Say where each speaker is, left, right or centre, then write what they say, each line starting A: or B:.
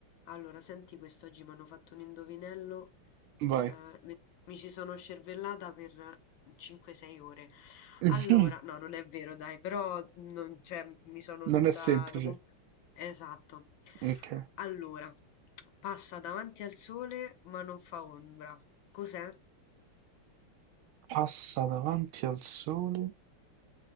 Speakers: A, on the left (about 70°); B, on the right (about 75°).
A: Allora, senti quest'oggi mi hanno fatto un indovinello,
B: Vai.
A: eh, mi mi ci sono scervellata per 5-6 ore.
B: <laughs>
A: Allora, no, non è vero, dai, però non, cioè, mi sono
B: Non
A: dovuta...
B: è semplice.
A: dopo- un- Esatto.
B: Ok.
A: Allora, passa davanti al sole ma non fa ombra. Cos'è?
B: Passa davanti al sole.